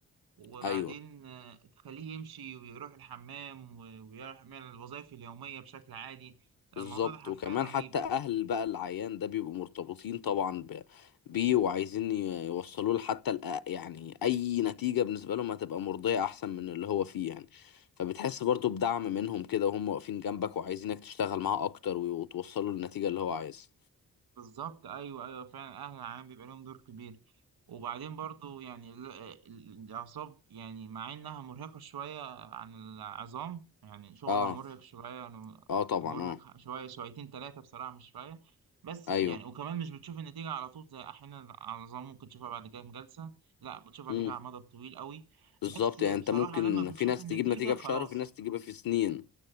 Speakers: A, on the right; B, on the left.
A: وبعدين
B: ايوه
A: آه، تخليه يمشي ويروح الحمام و- ويعمل الوظائف اليوميه بشكل عادي
B: بالظبط
A: الموضوع ده حرفيا
B: وكمان
A: رهيب
B: حتى اهل بقى العيان ده بيبقوا مرتبطين طبعا ب- بيه وعايزين ي- يوصلوا له حتى الأ- يعني اي نتيجة بالنسبة لهم هتبقى مرضية احسن من اللي هو فيه يعني فبتحس برضو بدعم منهم كده وهم واقفين جنبك وعايزينك تشتغل معاه اكتر و- وتوصله للنتيجة اللي هو عايزها
A: بالظبط ايوه ايوه فعلا اهل العام بيبقى لهم دور كبير وبعدين برضو يعني ال- ال- الاعصاب يعني مع انها مرهقه شويه عن العظام يعني شغلها
B: اه
A: مرهق شويه يعني
B: اه طبعا
A: مرهق
B: اه
A: شويه شويتين ثلاثه بصراحه مش شويه بس يعني
B: ايوه
A: وكمان مش بتشوف النتيجه على طول زي احيانا العظام ممكن تشوفها بعد كام جلسه لا بتشوف النتيجه
B: امم
A: على المدى الطويل قوي
B: بالظبط
A: بس بصراحه
B: يعني انت ممكن
A: لما بتشوف
B: في ناس
A: النتيجه
B: تجيب نتيجة
A: خلاص
B: في شهر وفي ناس تجيبها في سنين